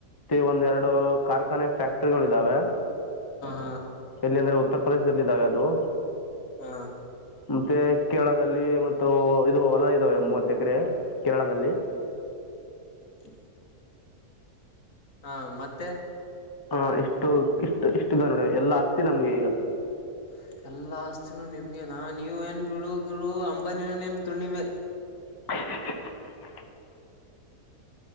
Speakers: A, on the left; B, on the left.
A: ಒಂದ ಎರಡು ಕಾರ್ಖಾನೆ ಫ್ಯಾಕ್ಟರಿಗಳು ಇದ್ದಾವೆ
B: ಹಾ
A: ಎಲ್ಲಿ ಅಂದ್ರೆ ಉತ್ತರ ಪ್ರದೇಶದಲ್ಲಿ ಇದಿದ್ದಾವೆ ಅದು
B: ಹಾ
A: ಮತ್ತೆ ಕೇರಳದಲ್ಲಿ ಮತ್ತು ಇದು ಹೊಲ್ಲ ಇದ್ದಾವೆ ಮೂವತ್ತ ಎಕರೆ ಕೇರಳದಲ್ಲಿ
B: <inaudible> ಹಾ ಮತ್ತೆ
A: ಹಾ ಇಷ್ಟು ಇಷ್ಟ ಇಷ್ಟಿದೆ ನೋಡಿ ಎಲ್ಲಾ ಆಸ್ತಿ ನಮ್ಗೆ ಈಗ
B: <inaudible> ಎಲ್ಲ ಆಸ್ತಿನೂ ನಿಮಗೆ ನಾ ನೀವ ಏನು ಬಿಡುಗರು ಅಂಬನಿನ ನಿಮ್ಮ ತುಂಡಿ ಮೇಲೆ
A: <inaudible>